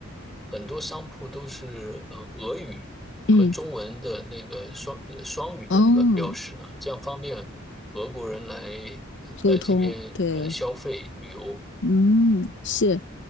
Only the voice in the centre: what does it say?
很多商铺都是呃俄语和中文的那个双呃双语的那个标识呢，
这样方便俄国人来呃来这边呃消费旅游。